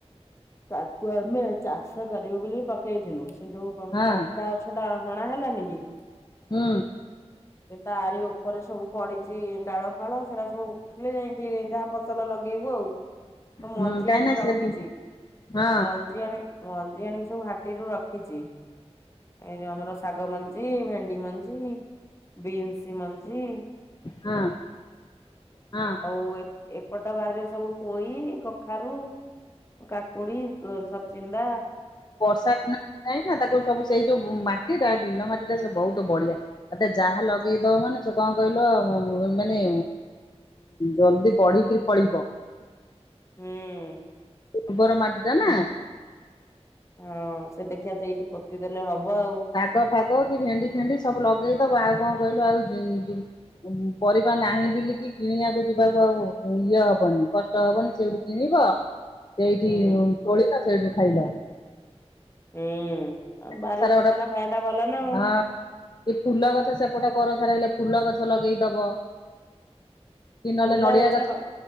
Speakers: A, on the left (about 25°); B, on the left (about 40°).
A: ତାକୁ ଆମେ ଚାଷ କରିବୁ ବୋଲି ପକେଇଥିଲୁ, ସେ ଯୋଉ କଣ କହିଲୁ
B: ହଁ
A: ଚାଖୁଟା ଅଛି। ହେଟା ହଣା ହେଲାନି କି।
B: ହୁଁ।
A: ସେ ତାରି ଉପରେ ସବୁ ପଡିଛି ଡାଳ ଫାଳ, ସେଟା ସବୁ ଉଠିଲେ ଯାଇକି ଯାହା ଫସଲ ଲଗେଇବୁ ଆଉ, ତ
B: ହୁଁ
A: ମଞ୍ଜି
B: କାହିଁକିନା
A: ଆଣିକି
B: ସେ
A: ରଖିଚି।
B: ହଁ
A: ମଞ୍ଜି ଆଣି, ମଞ୍ଜି ଆଣିକି ସବୁ ହାଟିରୁ ରଖିଛି। ଏଇ ଯଉ ଆମର ଶାଗ ମଞ୍ଜି, ଭେଣ୍ଡି ମଞ୍ଜି, ବିନ୍ସି ମଞ୍ଜି।
B: ହଁ ହଁ।
A: ଉ ଏପଟ ବାରିରେ ସବୁ ପୋଇ, କଖାରୁ କାକୁଡି, ସଚିନ୍ଦା।
B: ବର୍ଷା ଦିନ ଯାଇ ନା, ତାକୁ ସବୁ ସେଇ ଯୋଉ ମାଟି ତା ବିଲ ମାଟି ଟା, ସେ ବହୁତ ବଢିଆ। ଏତେ ଯାହା ଲଗେଇ ଦଉ ମାନେ କଣ କହିଲ ମାନେ ଜଲଦି ପଢିକିରି ପଳିବ।
A: ହୁଁ ଉଁ।
B: ଗୋବର ମାଟିଟାନା।
A: ହଁ, ସେ ଦେଖିଆ ସେଇଠି ପୋତିଦେଲେ ହବ ଆଉ।
B: ଶାଗ ଫାଗ, କି ଭେଣ୍ଡି ଫେଣ୍ଡି ସବୁ ଲଗେଇଦବ, ଆଉ କଣ କହିଲୁ ଆଉ ପରିବା ନାହିଁ ବିଲିକି କିଣିବାକୁ ଯିବାକୁ ଆଉ ଇଏ ହବନି, କଷ୍ଟ ହବନି, ସେଇଠୁ କିଣିବ।
A: <inaudible>
B: ସେଇଠି
A: ହୁଁ
B: ତୋଳିଲ, ସେଇଠୁ ଖାଇଲ।
A: ହୁଁ,
B: ସେପଟ
A: ଆଉ ବାରି
B: ସାରା
A: ଜିନିଷ
B: ଗୋଟେ
A: ଟା ଖାଇବା ଟା ଭଲ ନା ଆଉ।
B: ହଁ ଏ ଫୁଲ ଗଛ ସେପଟେ କର ସାରା ହେଲେ ଫୁଲ ଗଛ ଲଗେଇଦବ। କି ନହେଲେ
A: ଫୁଲ
B: ନଡିଆ
A: ଗଛ ପା